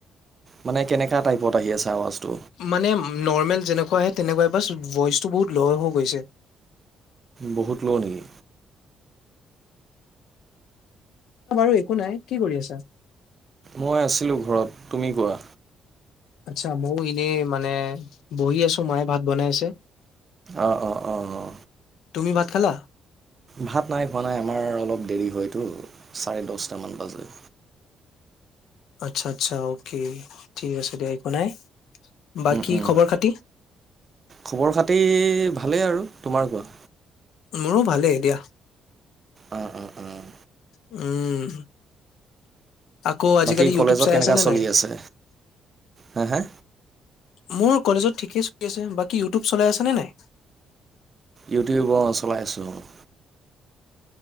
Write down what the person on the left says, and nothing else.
মানে নৰমেল যেনেকুৱা আহে তেনেকুৱাই বা ভয়ইচটো বহুত ল' হৈ গৈছে
বাৰু একো নাই কি কৰি আছা।
আচ্ছা, মইও এনেই মানে বহি আছো মায়ে ভাত বনাই আছে।
তুমি ভাত খালা।
আচ্ছা-আচ্ছা, অকে ঠিক আছে দিয়া একো নাই। বাকী
খবৰ খাতি?
মোৰো ভালেই এ দিয়া।
উম', আকৌ আজিকালি
ইউটিউব
চাই
আছা নে
নাই?
মোৰ কলেজত ঠিকেই চলি আছে বাকী ইউটিউব চলাই আছেনে নাই?